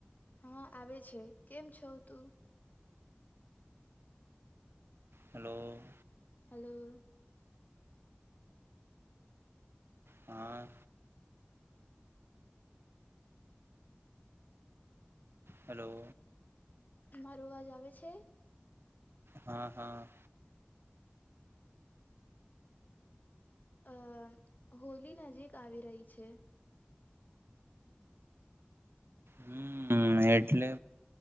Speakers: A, on the left; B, on the right.
A: હ આવે છે કેમ છો તું
B: હલો.
A: હલો.
B: હા. હલો.
A: મારો અવાજ આવે છે?
B: હા હા.
A: અમ અ હોલી નજીક આવી રહી છે.
B: હમ્મ એટલે